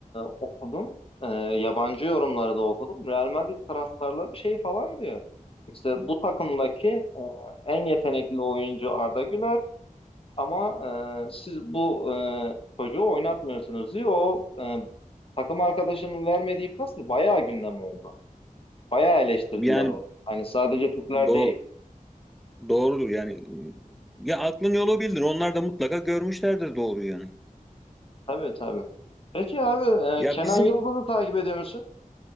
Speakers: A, on the left; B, in the centre.
A: e, okudum. E, yabancı yorumları da okudum. Real Madrid taraftarları şey falan diyor. İşte bu takımdaki e, en yetenekli oyuncu Arda Güler ama e, siz bu e, çocuğu oynatmıyorsunuz diyor. O e, takım arkadaşının vermediği pas da bayağı gündem oldu. Bayağı eleştirdiler
B: Yani
A: onu. Hani sadece Türkler
B: do
A: değil.
B: doğrudur yani. Ya aklın yolu bildir. Onlar da mutlaka görmüşlerdir doğru yani.
A: Tabii tabii. Peki abi
B: Ya
A: e, Kenan
B: bizim
A: Yıldız'ı takip ediyor musun?